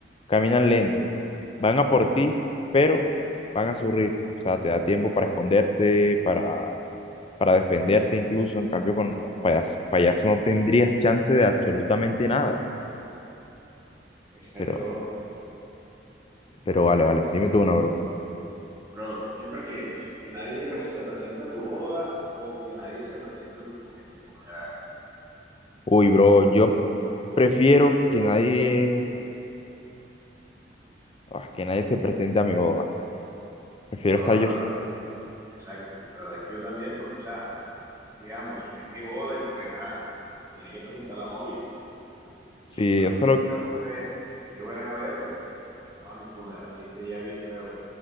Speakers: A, on the left; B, on the right.
A: caminan lento, van a por ti, pero van a su ritmo. O sea, te da tiempo para esconderte, para, para defenderte incluso. En cambio, con los payas payasos no tendrías chance de absolutamente nada.
B: Exacto,
A: Pero,
B: bro.
A: pero vale, vale. Dime tú una, bro.
B: Bro, ¿qué prefieres? ¿Que nadie pre- se presente a tu boda o que nadie se presente a tu fu- en tu funeral?
A: Uy, bro, yo prefiero que nadie Ah, que nadie se presente a mi boda. Prefiero
B: Ah,
A: estar
B: bro,
A: yo.
B: la verdad, exacto. La verdad es que yo también, porque, o sea, digamos, es mi boda y pues, ah, se tiene que presentar la novia.
A: Sí,
B: Y pues
A: eso
B: los invitados,
A: lo...
B: pues, ellos verán a ver, pero a mi funeral, si este día bien feo,